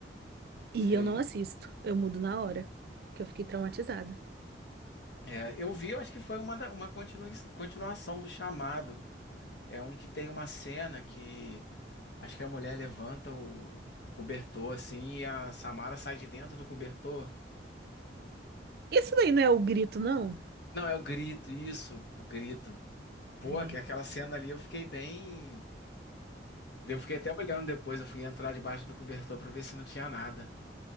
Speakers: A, on the right; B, on the left.
A: E
B: Sei.
A: eu não assisto. Eu mudo na hora, que eu fiquei traumatizada.
B: É, eu vi, eu acho que foi uma, da- uma continui- continuação do chamado. É um que tem uma cena que acho que a mulher levanta o, o cobertor assim e a Samara sai de dentro do cobertor.
A: Isso daí não é o grito, não?
B: Não, é o grito, isso, o grito. Pô,
A: É.
B: aqu- aquela cena ali eu fiquei bem. Eu fiquei até olhando depois, eu fui entrar debaixo do cobertor pra ver se não tinha nada.